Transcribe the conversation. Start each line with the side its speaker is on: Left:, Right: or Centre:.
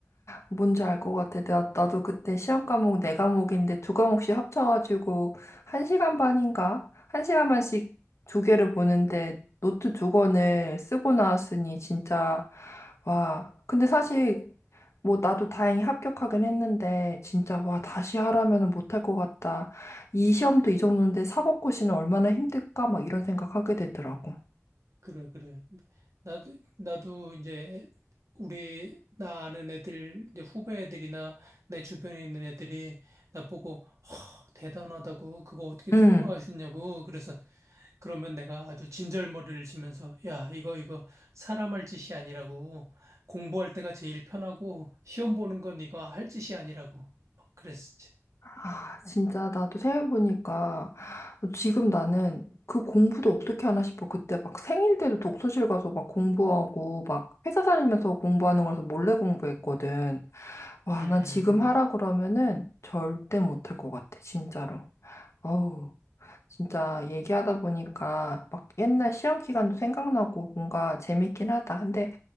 Left: 뭔지 알 것 같아 나, 나도 그때 시험 과목 네 과목인데 두 과목씩 합쳐가지고 한 시간 반인가 한 시간 반씩 두 개를 보는데 노트 두 권을 쓰고 나왔으니 진짜 와 근데 사실 뭐 나도 다행히 합격하긴 했는데 진짜 와 다시 하라면은 못할 것 같다 이 시험도 이 정도인데 사법고시는 얼마나 힘들까 막 이런 생각하게 되더라고
Right: 그래, 그래. 나도 나도 이제 우리 나 아는 애들 이제 후배 애들이나 내 주변에 있는 애들이 나보고 허, 대단하다고 그거 어떻게
Left: 응.
Right: 통과하셨냐고 그래서 그러면 내가 아주 진절머리를 치면서, 야, 이거, 이거, 사람 할 짓이 아니라고. 공부할 때가 제일 편하고, 시험 보는 건 이거 할 짓이 아니라고. 막 그랬었지.
Left: 아, 진짜 나도 생각해보니까 지금 나는 그 공부도 어떻게 하나 싶어. 그때 막 생일 때도 독서실 가서 막 공부하고 막 회사 다니면서 공부하는 거라서 몰래 공부했거든. 와,
Right: 음,
Left: 난 지금 하라 그러면은 절대 못할 것 같아. 진짜로. 어우, 진짜 얘기하다 보니까 막 옛날 시험 기간도 생각나고 뭔가 재밌긴 하다. 근데